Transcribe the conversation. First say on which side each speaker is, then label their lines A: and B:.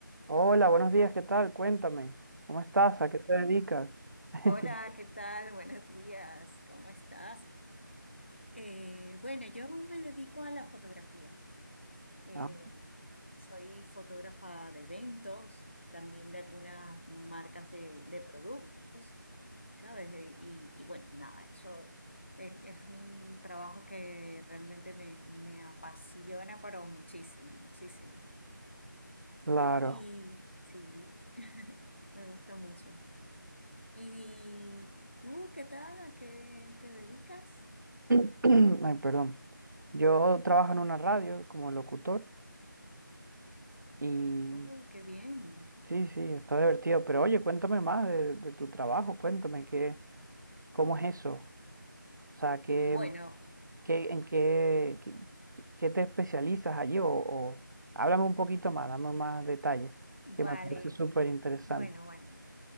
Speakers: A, on the right (about 65°); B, on the left (about 35°).
A: Hola, buenos días, ¿qué tal? Cuéntame, ¿cómo estás? ¿A qué te dedicas? <laughs>
B: Hola, ¿qué tal? Buenos días, ¿cómo estás? Eh, bueno, yo me dedico a la fotografía. Eh,
A: Ah,
B: soy fotógrafa de eventos, también de algunas marcas de, de productos, ¿sabes? Eh, Y, y bueno, nada, eso es, es un trabajo que realmente me, me apasiona, pero muchísimo, muchísimo.
A: claro.
B: Y sí, <laughs> me gusta mucho. ¿Y tú qué tal? ¿A qué te dedicas?
A: <clears throat> Ay, perdón. Yo trabajo en una radio como locutor y
B: Oh, qué bien.
A: sí, sí, está divertido. Pero oye, cuéntame más de, de tu trabajo, cuéntame qué, cómo es eso. O sea, qué,
B: Bueno,
A: qué, en qué, qué, qué te especializas allí o, o háblame un poquito más, dame más detalles,
B: vale,
A: que me parece súper interesante.
B: bueno, bueno,